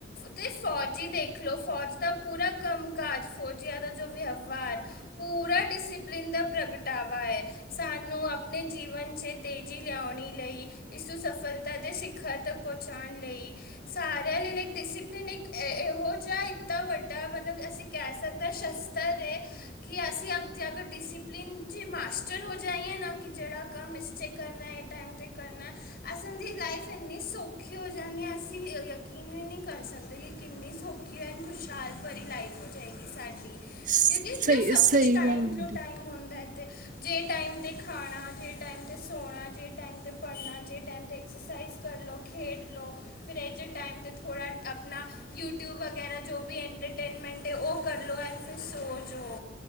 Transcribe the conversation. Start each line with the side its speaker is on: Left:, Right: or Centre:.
Left: ਤੇ ਫੌਜੀ ਦੇਖਲੋ, ਫੌਜ ਦਾ ਪੂਰਾ ਕੰਮ- ਕਾਜ ਫੌਜੀਆਂ ਦਾ ਜੋ ਵਿਵਹਾਰ ਪੂਰਾ ਡਿਸਪਲਿਨ ਦਾ ਪ੍ਰਗਟਾਵਾ ਐ। ਸਾਨੂੰ ਆਪਣੇ ਜੀਵਨ 'ਚ, ਤੇਜ਼ੀ ਲਿਉਣੀ ਲਈ ਇਸ ਸਫਲਤਾ, ਦੇ ਸਿਖਰ ਤੱਕ ਪਹੁੰਚਾਉਣ ਲਈ ਸਾਰਿਆਂ ਲਈ ਲਾਈਕ, ਡਿਸਿਪਲਿਨ ਇੱਕ ਇਹੋ ਜਿਹਾ ਇੱਦਾਂ ਵੱਡਾ ਮਤਲਬ ਅਸੀਂ ਕਹਿ ਸਕਦੇ ਆ, ਸ਼ਸਤਰ ਐ। ਕਿ ਅਸੀਂ ਅਗਰ ਡਿਸਿਪਲਿਨ 'ਚ ਮਾਸਟਰ ਹੋ ਜਾਈਏ ਨਾ, ਕਿ ਜਿਹੜਾ ਕਮ ਮਿਸਟੇਕ ਕਰਨਾ, ਇਹ ਟਾਈਮ 'ਤੇ ਕਰਨਾ ਅਸਾਂ ਦੀ ਲਾਈਫ ਇੰਨੀ ਸੌਖੀ ਹੋ ਜਾਣੀ ਹੈ, ਅਸੀਂ ਯਕੀਨ ਵੀ ਨਹੀਂ ਕਰ ਸਕਦੇ ਕਿ ਕਿੰਨੀ ਸੌਖੀ ਕਿ ਇੰਨੀ ਖੁਸ਼ਹਾਲ ਭਰੀ ਲਾਈਫ ਜਾਏਗੀ, ਸਾਡੀ।
Right: ਸਹੀ
Left: ਕਿਉਂਕਿ ਜੋ ਸਭ
Right: ਸਹੀ
Left: ਕੁਛ, ਟਾਈਮ-
Right: ਗੱਲ ਆ
Left: ਟੂ
Right: ਦੀ
Left: ਟਾਈਮ ਹੁੰਦਾ ਐ ਤੇ, ਜੇ ਟਾਈਮ ਤੇ ਖਾਣਾ ਜੇ, ਟਾਈਮ ਤੇ ਸੋਣਾ ਜੇ ਟਾਈਮ ਤੇ ਪੜ੍ਹਨਾ ਜੇ ਟਾਈਮ 'ਤੇ ਐਕਸਰਸਾਈਜ਼ ਕਰ ਲਉ, ਖੇਡ ਲਉ ਫਿਰ ਇਹਜੇ ਟਾਈਮ 'ਤੇ ਥੋੜ੍ਹਾ, ਆਪਣਾ। ਯੂਟਿਊਬ ਵਗੈਰਾ ਜੋ ਵੀ ਐਂਟਰਟੇਨਮੈਂਟ ਹੈ ਉਹ ਕਰ ਲਓ, ਐਂਡ ਫਿਰ ਸੌ ਜੋ।